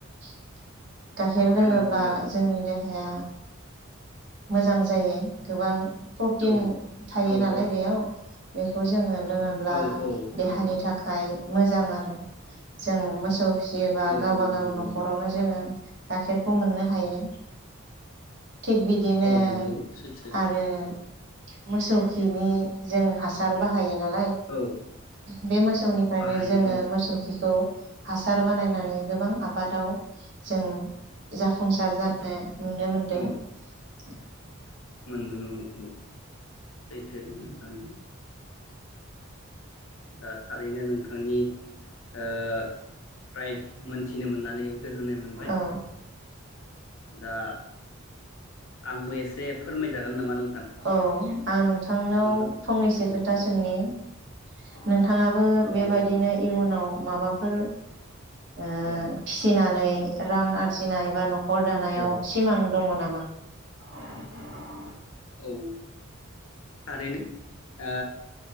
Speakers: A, on the right; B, on the left.
A: <inaudible> गाखेर लोङोब्ला
B: गोनांथि औ
A: जोंनि देहाया मोजां जायो गोबां प्रटिन
B: औ
A: थायो
B: औ
A: नालाय बेयाव बेखौ जोङो लोङोब्ला
B: औ औ
A: देहानि
B: नंगौ
A: थाखाय मोजां आरो जों मोसौ फिसियोबा
B: औ
A: गावबा
B: औ
A: गाव
B: नंगौ
A: न'खरावनो
B: नंगौ
A: जोङो गाखेरखौ मोननो हायो। थिग बिदिनो
B: औ नंगौ सैथो
A: आरो मोसौ खिनि जों हासार बाहायो। नालाय
B: औ
A: बे मोसौनिफ्रायनो
B: बाहायो
A: जोङो
B: औ
A: मोसौ खिखौ हासार बानायनानै गोबां आबादाव जों जाफुंसार जानो नुनो मोनदों।
B: औ
A: <inaudible>
B: मोनदों औ औ सैथो नोंथांनिया। दा थारैनो नोंथांनि ओ फ्राय मोनथिनो मोननानै गोजोननाय मोनबाय।
A: औ
B: दा आंबो एसे फोरमायजागोन नामा नोंथां
A: औ आं नोंथांनाव
B: नोंथांजों
A: फंनैसो
B: औ
A: खोथा
B: औ
A: सोंनि नों नोंथाङाबो
B: औ
A: बेबायदिनो
B: औ
A: इयुनाव माबाफोर ओ
B: औ
A: फिसिनानै रां आरजिनाय बा न' खर दानायाव
B: औ
A: सिमां दङ नामा? <inaudible>
B: औ थारैनो ओ